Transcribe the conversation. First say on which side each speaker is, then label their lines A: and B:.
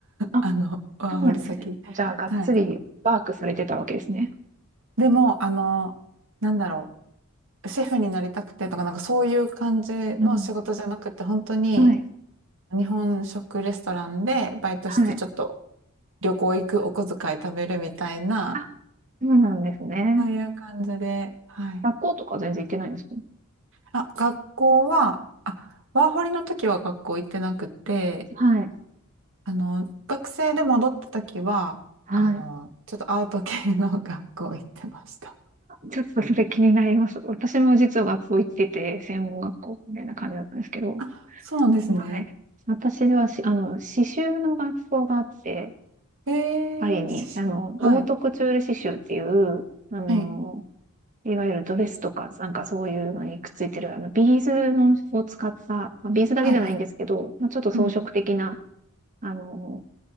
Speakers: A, on the right; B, on the right.
A: あ、
B: あの、ワーホリ先。
A: そうなんですね。じゃあ、がっつりワークされてたわけですね。
B: はい。でも、あの、なんだろう。シェフになりたくてとか、なんかそういう感じの仕事じゃなくて、
A: うん。
B: 本当に
A: はい。
B: 日本食レストランでバイトして、
A: はい。
B: ちょっと旅行行く、お小遣い貯めるみたいな、
A: あ、そうなんですね。
B: そういう感じで、はい。
A: 学校とか全然行ってないんですか
B: あ、学校は、あ、ワーホリの時は学校行ってなくて、
A: はい。
B: あの、学生で戻った時は、
A: はい。
B: あの、ちょっとアート系の <laughs> 学校行ってました。
A: ちょっとそれ気になります。私も実は学校行ってて、専門学校みたいな感じだったんですけど、
B: あ、そうなんですね。
A: はい。私はし、あの、刺繍の学校があって、
B: え
A: パリに、
B: ー、しはい。
A: あの、オートクチュール刺繍っていう、あの、
B: はい。
A: いわゆるドレスとか、なんかそういうのにくっついてる、あの、ビーズのを使った、まあビーズだけじゃないんですけど、
B: はい。はい。
A: まあ、ちょっと装飾的な、
B: うん。
A: あの、